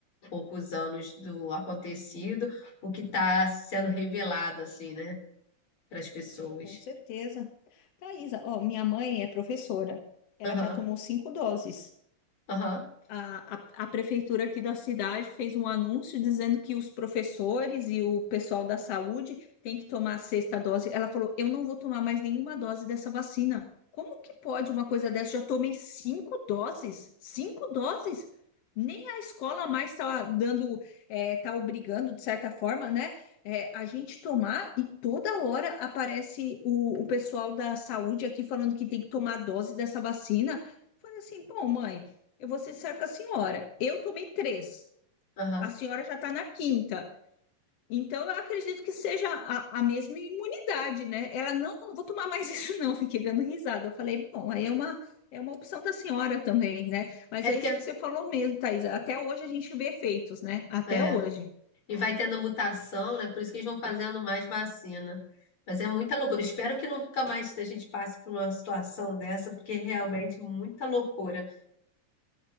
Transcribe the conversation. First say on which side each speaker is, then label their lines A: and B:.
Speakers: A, on the left (about 40°); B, on the left (about 60°).
A: poucos anos do acontecido, o que está sendo revelado, assim, né, para as pessoas.
B: Com certeza. Thaisa, ó, minha mãe é professora. Ela
A: Aham,
B: já tomou cinco doses.
A: aham,
B: A, a, a prefeitura aqui da cidade fez um anúncio dizendo que os professores e o pessoal da saúde têm que tomar a sexta dose. Ela falou: Eu não vou tomar mais nenhuma dose dessa vacina. Como que pode uma coisa dessa? Já tomei cinco doses, cinco doses. Nem a escola mais está dando, está obrigando, de certa forma, né? é, a gente tomar e toda hora aparece o, o pessoal da saúde aqui falando que tem que tomar a dose dessa vacina. Falei assim, pô, mãe eu vou ser sincera com a senhora. Eu tomei três,
A: aham.
B: a senhora já está na quinta. Então, eu acredito que seja a, a mesma imunidade, né? Ela não, não vou tomar mais <laughs> isso, não. Fiquei dando risada. Eu falei, bom, aí é uma, é uma opção da senhora também, né? Mas
A: É
B: é
A: porque
B: isso que você falou mesmo, Thaís. Até hoje a gente vê efeitos, né? Até
A: é,
B: hoje.
A: E vai tendo mutação, né? Por isso que eles vão fazendo mais vacina. Mas é muita loucura. Espero que nunca mais a gente passe por uma situação dessa, porque é realmente muita loucura.